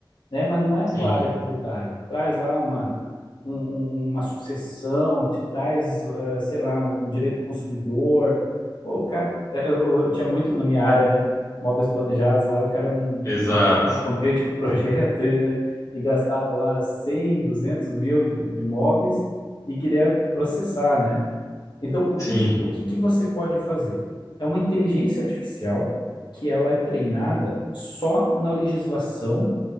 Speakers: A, on the left; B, on the left.
A: né? Mas não é a
B: Sim,
A: tua área tributária. Traz lá uma, um- um- uma sucessão, te traz, eh, sei lá, um direito consumidor. Pô, o cara, eh, eu, eu tinha muito na minha área, né? Móveis planejados lá, o cara não,
B: exato.
A: não ficava contente com o projeto, né? e gastava lá 100 200 mil de, de móveis e queria processar, né? Então, o que
B: Sim,
A: que, o que que você pode fazer? É uma inteligência artificial que ela é treinada só na legislação,